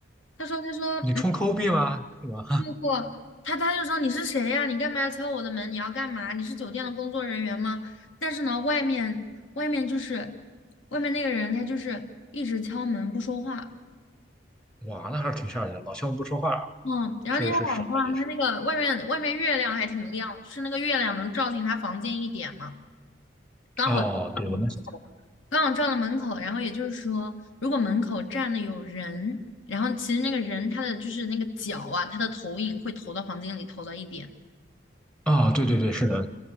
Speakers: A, on the left (about 80°); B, in the centre.
A: 他说，他说。
B: 你充抠币吗？是吧？
A: 不，他他就说你是谁呀？你干嘛要敲我的门？你要干嘛？你是酒店的工作人员吗？但是呢，外面外面就是外面那个人，他就是一直敲门不说话。
B: 哇，那还是挺吓人的。老乡不说话，
A: 嗯，然后那天晚上，
B: 是是什么意思？
A: 他那个外面外面月亮还挺亮，就是那个月亮能照进他房间一点嘛，刚好照到门口，
B: 哦，对，我能想象。
A: 刚好照到门口。然后也就是说，如果门口站的有人，然后其实那个人他的就是那个脚啊，他的投影会投到房间里，投到一点。
B: 哦，对对对，是的。